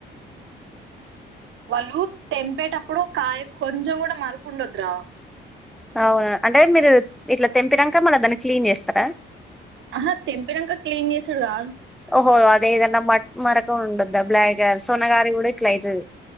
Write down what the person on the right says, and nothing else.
వాళ్ళు తెంపేటప్పుడు కాయ కొంచెం కూడా మరుకుండొదురా
ఆహా తెంపినాక క్లీన్ చేసాడు కా